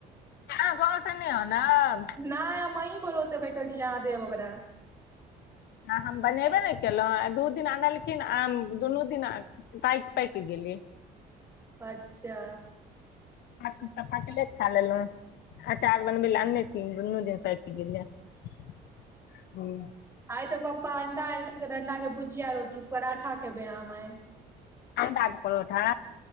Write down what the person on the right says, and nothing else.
नहि हम अहीं भरोसे बैठल छी जे अहाँ देब हमरा
अच्छा
आइ तऽ पप्पा अण्डा <unintelligible> एनलखिन अंडा के भुजिया रोटी पराठा खेबै हम आइ